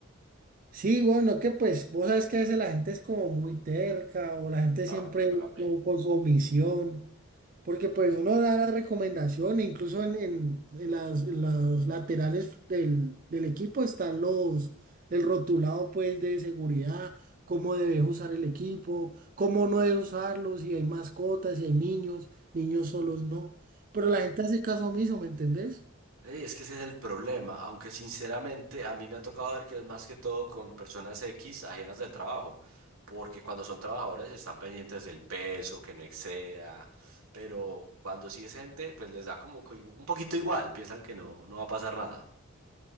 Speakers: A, on the right; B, on the right.
A: Sí, bueno, que pues vos sabes que a veces la gente es como muy terca o la gente
B: Ah,
A: siempre
B: dígamelo a mí.
A: como con su omisión. Porque pues uno da la recomendación, e incluso en, en- en las, en las laterales del, del equipo están los, el rotulado pues de seguridad, cómo debes usar el equipo, cómo no debes usarlo, si hay mascotas, si hay niños, niños solos no. Pero la gente hace caso omiso, ¿me entendés?
B: Sí, es que ese es el problema, aunque sinceramente a mí me ha tocado ver que es más que todo con personas X ajenas del trabajo, porque cuando son trabajadores están pendientes del peso, que no exceda, pero cuando sí es gente, pues les da como que un poquito igual, piensan que no, no va a pasar nada.